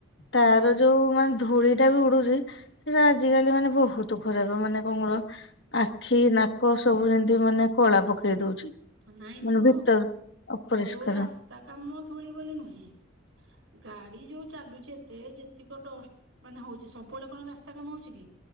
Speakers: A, on the left (about 60°); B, on the right (about 80°).
A: ତାର
B: ହଁ
A: ଯୋଉ ମାନେ ଧୂଳି ଟା ବି ଉଡୁଛି ସେଟା ଆଜିକାଲି ମାନେ ବହୁତ ଖରାପ ମାନେ କଣର ଆଖି ନାକ ସବୁ ଯେମତି ମାନେ କଳା ପକେଇ ଦଉଛି।
B: ନାଇଁ
A: ମାନେ
B: ତୁ
A: ଭିତର ଅପରିଷ୍କାର
B: ଯୋଉ ରାସ୍ତା କାମ ଧୂଳି ବୋଲି ନୁହେଁ। ଗାଡି ଯୋଉ ଚାଲୁଛି ଏତେ ଯେତିକ ଡଷ୍ଟ୍ ମାନେ ହଉଛି ସବୁବେଳେ କଣ ରାସ୍ତା କାମ ହଉଛି କି?